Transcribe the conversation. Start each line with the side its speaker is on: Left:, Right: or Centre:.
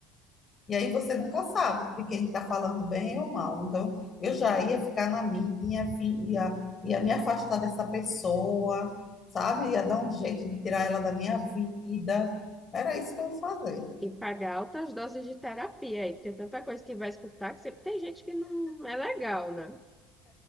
Left: E aí você nunca sabe quem está falando bem ou mal. Então, eu já ia ficar na minha, fi- ia, ia me afastar dessa pessoa, sabe? Ia dar um jeito de tirar ela da minha vida. Era isso que eu ia fazer.
Centre: E pagar altas doses de terapia aí, porque tanta coisa que vai escutar que sempre tem gente que não é legal, né?